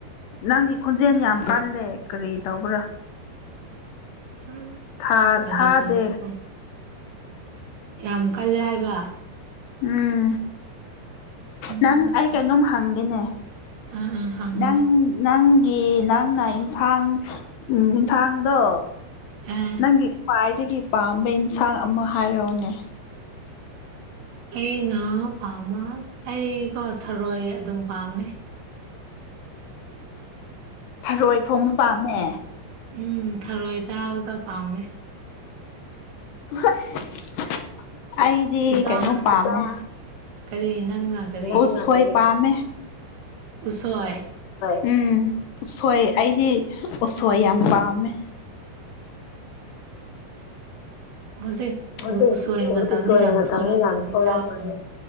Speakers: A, on the left (about 75°); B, on the right (about 65°).
A: ꯅꯪꯒꯤ ꯈꯣꯟꯖꯦꯜ ꯌꯥꯝ ꯀꯜꯂꯦ ꯀꯔꯤ ꯇꯧꯕ꯭ꯔꯥ
B: ꯎꯝ
A: ꯊꯥ
B: ꯀꯔꯤ
A: ꯊꯥꯗꯦ
B: ꯇꯧꯋꯦꯀꯣ ꯌꯥꯝ ꯀꯜꯂꯦ ꯍꯥꯏꯕ
A: ꯎꯝ
B: ꯎꯝ
A: ꯅꯪ ꯑꯩ ꯀꯩꯅꯣꯝ ꯍꯪꯒꯦꯅꯦ
B: ꯑ ꯑ ꯍꯪꯉꯨꯅꯦ
A: ꯅꯪ ꯅꯪ ꯒꯤ ꯅꯪꯅ ꯏꯟꯁꯥꯡ ꯎ ꯌꯦꯟꯁꯥꯡꯗꯣ
B: ꯑꯦ
A: ꯅꯪꯒꯤ ꯈ꯭ꯋꯥꯏꯗꯒꯤ ꯄꯥꯝꯕ ꯑꯦꯟꯁꯥꯡ ꯑꯃ ꯍꯥꯏꯔꯣꯅꯦ
B: ꯑꯩꯅ ꯄꯥꯝꯕ ꯑꯩꯀꯣ ꯊꯔꯣꯏ ꯑꯗꯨꯝ ꯄꯥꯝꯃꯦ
A: ꯐꯔꯣꯏ ꯊꯣꯡ ꯄꯥꯝꯃꯦ
B: ꯎꯝ ꯊꯔꯣꯏ ꯆꯥꯕꯗ ꯄꯥꯝꯃꯦ
A: <inaudible> ꯑꯩꯗꯤ
B: ꯏꯆꯥ
A: ꯀꯩꯅꯣ ꯄꯥꯝꯃꯦ
B: ꯀꯔꯤ ꯅꯪꯅ ꯀꯔꯤ
A: ꯎꯁꯣꯏ ꯄꯥꯝꯃꯦ
B: ꯎꯁꯣꯏ
A: ꯎꯝ ꯎꯁꯣꯏ ꯑꯩꯗꯤ ꯎꯁꯣꯏ ꯌꯥꯝ ꯄꯥꯝꯃꯦ
B: ꯎꯝ ꯍꯧꯖꯤꯛ
A: ꯍꯧꯖꯤꯛ
B: ꯎꯁꯣꯔ ꯃꯇꯝꯗ
A: ꯎꯁꯣꯏ
B: ꯌꯥꯝ
A: ꯃꯇꯝꯗ
B: ꯊꯧꯔꯝꯒꯅꯤ
A: ꯌꯥꯝ ꯊꯣꯛꯂꯝꯒꯅꯤ
B: ꯆꯥꯕ꯭ꯔꯣ